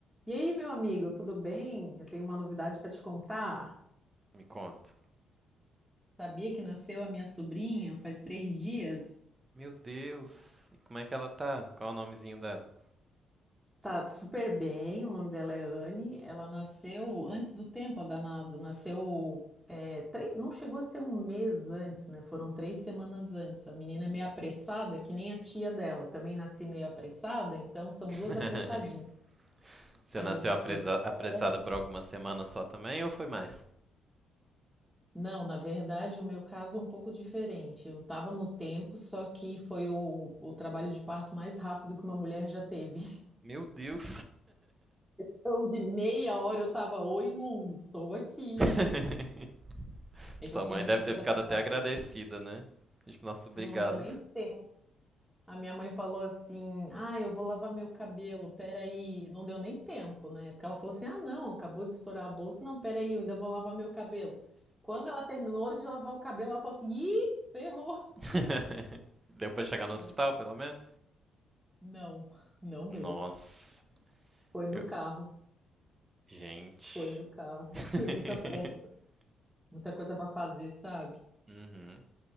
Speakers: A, in the centre; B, on the right.
A: E aí, meu amigo, tudo bem? Eu tenho uma novidade para te contar.
B: Me conta.
A: Sabia que nasceu a minha sobrinha faz três dias?
B: Meu Deus, e como é que ela tá? Qual é o nomezinho dela?
A: Tá super bem, o nome dela é Anne. Ela nasceu antes do tempo, a danada. Nasceu, é, três, não chegou a ser um mês antes, né? Foram três semanas antes. A menina é meio apressada, que nem a tia dela. Eu também nasci meio apressada, então são duas
B: <laughs>
A: apressadinhas.
B: Você
A: Mas
B: nasceu
A: deu,
B: apresa-
A: deu tudo
B: apressada
A: certo.
B: por algumas semanas só também ou foi mais?
A: Não, na verdade, o meu caso é um pouco diferente. Eu estava no tempo, só que foi o, o trabalho de parto mais rápido que uma mulher já teve. <laughs>
B: Meu Deus!
A: Então, de meia hora eu estava, oi, mundo, estou aqui.
B: <laughs>
A: É
B: Sua
A: que eu tinha
B: mãe
A: muita
B: deve
A: coisa
B: ter ficado
A: para fazer.
B: até agradecida, né? Tipo, nossa, obrigado.
A: Não deu nem tempo. A minha mãe falou assim: ah, eu vou lavar meu cabelo, peraí. Não deu nem tempo, né? Porque ela falou assim: ah, não, acabou de estourar a bolsa, não, peraí, eu ainda vou lavar meu cabelo. Quando ela terminou de lavar o cabelo, ela falou assim: ih, ferrou.
B: <laughs> Deu pra chegar no
A: Eu
B: hospital,
A: já tá.
B: pelo menos?
A: Não, não
B: Nossa,
A: deu. Foi no
B: eu...
A: carro,
B: Gente.
A: foi no carro.
B: <laughs>
A: <laughs> Muita pressa, muita coisa para fazer, sabe?
B: Uhum.